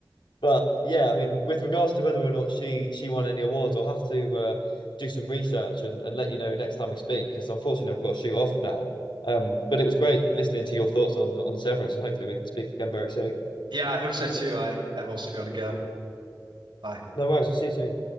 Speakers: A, on the left; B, on the right.
A: but yeah I mean with regards to whether or not she she won any awards I'll have to uh, do some research and, and let you know next time we speak because unfortunately I've got to shoot off now um but it was great listening to your thoughts on on Severance and hopefully we can speak again very soon
B: yeah. I hope so too. I I've also got to go. Bye.
A: no worries I'll see you soon